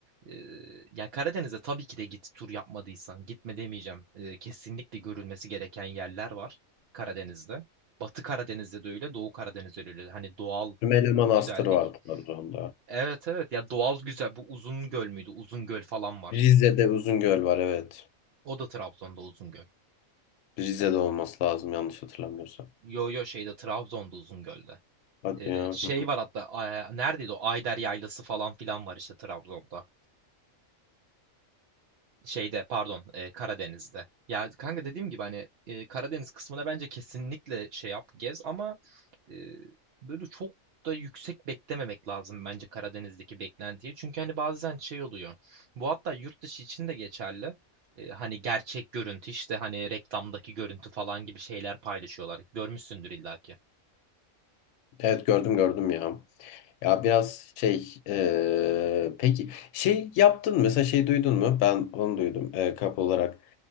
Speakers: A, on the right (about 55°); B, on the left (about 75°).
A: e, ya Karadeniz'e tabii ki de git tur yapmadıysan. Gitme demeyeceğim. E, kesinlikle görülmesi gereken yerler var Karadeniz'de. Batı Karadeniz'de de öyle, Doğu Karadeniz'de de öyle. Hani doğal
B: Sümele Manastırı
A: güzellik.
B: var Trabzon'da.
A: Evet evet ya doğal güzel. Bu Uzungöl müydü? Uzungöl falan var.
B: Rize'de Uzungöl var evet.
A: O da Trabzon'da Uzungöl.
B: Rize'de olması lazım yanlış hatırlamıyorsam.
A: Yo yo şeyde Trabzon'da Uzungöl'de.
B: Hadi
A: Ee,
B: ya.
A: şey
B: Hı.
A: var hatta a- neredeydi o Ayder Yaylası falan filan var işte Trabzon'da. Şeyde pardon e, Karadeniz'de. Ya kanka dediğim gibi hani e, Karadeniz kısmına bence kesinlikle şey yap gez ama e, böyle çok da yüksek beklememek lazım bence Karadeniz'deki beklentiyi. Çünkü hani bazen şey oluyor. Bu hatta yurt dışı için de geçerli. E, hani gerçek görüntü işte hani reklamdaki görüntü falan gibi şeyler paylaşıyorlar. Görmüşsündür illaki.
B: Evet gördüm gördüm ya. Ya biraz şey eee, peki şey yaptın mı? Mesela şey duydun mu? Ben onu duydum eee kap olarak.